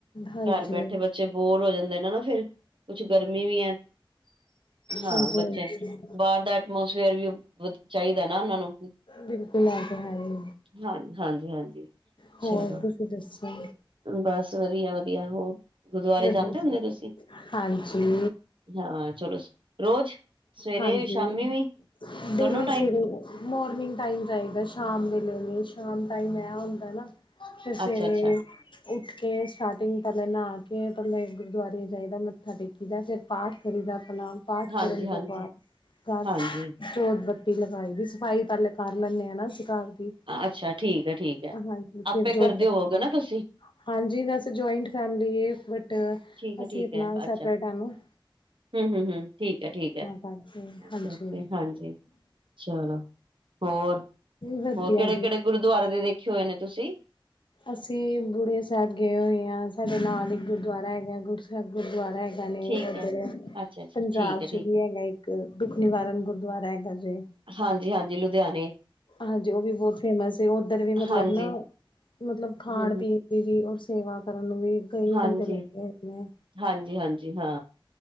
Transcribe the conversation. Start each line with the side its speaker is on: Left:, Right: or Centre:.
Left: ਹਾਂਜੀ
Right: ਘਰ ਬੈਠੇ ਬੱਚੇ ਬੋਰ ਹੋ ਜਾਂਦੇ ਨੇ। ਨਾ ਫੇਰ ਕੁਛ ਗਰਮੀ ਵੀ ਹੈ ਹਾਂ
Left: ਹਾਂਜੀ
Right: ਬੱਚੇ
Left: ਹਾਂਜੀ
Right: ਬਾਹਰ ਘੱਟ ਜਾ ਐਟਮੋਸਫੇਅਰ ਵੀ ਚਾਹੀਦੈ ਨਾ ਉਹਨਾਂ ਨੂੰ।
Left: ਬਿਲਕੁਲ ਐ ਤੇ ਹੈ ਈ ਏ
Right: ਹਾਂ ਹਾਂਜੀ ਹਾਂਜੀ।
Left: ਹੋਰ
Right: ਚਲੋ
Left: ਤੁਸੀਂ ਦੱਸੋ।
Right: ਬਸ ਵਧੀਆ ਵਧੀਆ ਹੋਰ ਗੁਰਦੁਆਰੇ
Left: ਵਧੀਆ
Right: ਜਾਂਦੇ ਹੁੰਦੇ ਤੁਸੀਂ।
Left: ਹਾਂਜੀ
Right: ਹਾਂ ਚਲੋ। ਰੋਜ਼ ਸਵੇਰੇ
Left: ਹਾਂਜੀ
Right: ਵੀ ਸ਼ਾਮੀ ਵੀ
Left: ਦਿੱਲੀ
Right: ਦੋਨੋ ਟਾਈਮ
Left: ਸੀ ਕੋਲ ਮੋਰਨਿੰਗ ਟਾਈਮ ਚਾਹੀਦੈ ਸ਼ਾਮ ਵੇਲੇ ਸ਼ਾਮ ਟਾਈਮ ਐ ਹੁੰਦੈ ਨਾ। ਫਿਰ ਸਵੇਰੇ
Right: ਅੱਛਾ ਅੱਛਾ
Left: ਵੀ ਉੱਠ ਕੇ ਸਟਾਰਟਿੰਗ ਪਹਿਲੇ ਨਹਾ ਕੇ ਪਹਿਲੇ ਗੁਰਦੁਆਰੇ ਜਾਈਦੈ ਮੱਥਾ ਟੇਕ। ਫਿਰ ਪਾਠ ਕਰੀਦੈ ਆਪਣਾ ਪਾਠ
Right: ਹਾਂਜੀ
Left: ਕਰਨ
Right: ਹਾਂਜੀ
Left: ਤੋਂ ਬਾਅਦ।
Right: ਹਾਂਜੀ
Left: ਜੋਤ ਬੱਤੀ ਲਗਾਈ ਦੀ ਸਫ਼ਾਈ ਪਹਿਲੇ ਕਰ ਲੈਂਨੇ ਹਾਂ ਨਾ ਅਸੀਂ ਘਰ ਦੀ।
Right: ਅੱਛਾ ਠੀਕ ਹੈ। ਠੀਕ ਹੈ।
Left: ਹਾਂਜੀ
Right: ਆਪੇ
Left: ਫਿਰ
Right: ਕਰਦੇ
Left: ਜੋਤ ਬੱਤੀ
Right: ਹੋਗੇ
Left: ਲਾ
Right: ਨਾ ਤੁਸੀਂ।
Left: ਹਾਂਜੀ ਵੈਸ ਜੁਆਇੰਟ ਫੈਮਲੀ ਏ ਬਟ
Right: ਠੀਕ ਹੈ
Left: ਅਸੀਂ
Right: ਠੀਕ
Left: ਆਪਣਾ
Right: ਹੈ ਅੱਛਾ
Left: ਸੈਪਰੇਟ ਹ ਨੂੰ।
Right: ਹਮ ਹਮ ਹਮ ਠੀਕ ਹੈ। ਠੀਕ ਹੈ।
Left: ਕਰਕੇ
Right: ਓਕੇ
Left: ਹਾਂਜੀ
Right: ਓਕੇ ਹਾਂਜੀ। ਚਲੋ ਹੋਰ
Left: ਵਧੀਆ
Right: ਹੋਰ ਕਿਹੜੇ
Left: ਜੀ
Right: ਕਿਹੜੇ ਗੁਰਦੁਆਰੇ ਦੇ ਦੇਖੇ ਹੋਏ ਨੇ ਤੁਸੀਂ।
Left: ਅਸੀਂ ਬੁੜੀਆਂ ਸਾਹਿਬ ਗਏ ਹੋਏ ਹਾਂ ਸਾਡੇ ਨਾਲ ਇੱਕ ਗੁਰਦੁਆਰਾ ਹੈਗਾ ਗੁਰਸਰ ਗੁਰਦੁਆਰਾ ਹੈਗਾ। ਨੇ
Right: ਠੀਕ
Left: ਉੱਧਰ
Right: ਹੈ ਅੱਛਾ ਅੱਛਾ
Left: ਪੰਜਾਬ
Right: ਠੀਕ ਹੈ ਠੀਕ
Left: ਚ ਵੀ
Right: ਹੈ
Left: ਹੈਗੇ ਇੱਕ ਦੁੱਖ ਨਿਵਾਰਨ ਗੁਰਦੁਆਰਾ ਹੈਗਾ ਜੇ।
Right: ਹਾਂਜੀ ਹਾਂਜੀ ਲੁਧਿਆਣੇ।
Left: ਹਾਂਜੀ ਉਹ ਵੀ ਬਹੁਤ ਫੇਮਸ ਏ ਉੱਧਰ ਵੀ ਮਤਲਬ
Right: ਹਾਂਜੀ
Left: ਨਾ ਮਤਲਬ ਖਾਣ
Right: ਹਮ
Left: ਪੀਣ।
Right: ਹਮ
Left: ਵੀ ਔਰ ਸੇਵਾ ਕਰਨ ਨੂੰ ਵੀ ਕਈ
Right: ਹਾਂਜੀ
Left: ਬੰਦੇ ਲੱਗੇ ਹੋਏ ਨੇ।
Right: ਹਾਂਜੀ ਹਾਂਜੀ ਹਾਂ।